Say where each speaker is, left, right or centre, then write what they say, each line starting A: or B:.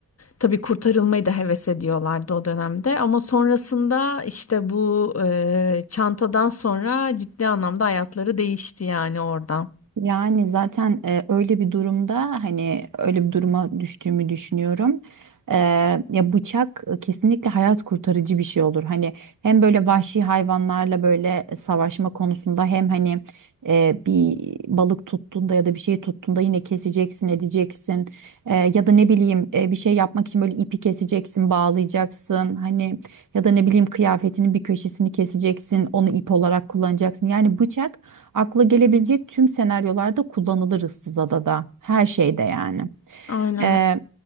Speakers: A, on the left; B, on the right.
A: Tabii kurtarılmayı da heves ediyorlardı o dönemde ama sonrasında işte bu e, çantadan sonra ciddi anlamda hayatları değişti yani orada.
B: Yani zaten e, öyle bir durumda hani öyle bir duruma düştüğümü düşünüyorum. E, ya bıçak e, kesinlikle hayat kurtarıcı bir şey olur. Hani hem böyle vahşi hayvanlarla böyle savaşma konusunda hem hani e, bir balık tuttuğunda ya da bir şey tuttuğunda yine keseceksin edeceksin. E, ya da ne bileyim e, bir şey yapmak için böyle ipi keseceksin bağlayacaksın. Hani ya da ne bileyim kıyafetinin bir köşesini keseceksin onu ip olarak kullanacaksın. Yani bıçak Akla gelebilecek tüm senaryolarda kullanılır ıssız adada. Her şeyde yani.
A: Aynen.
B: Ee,
A: o.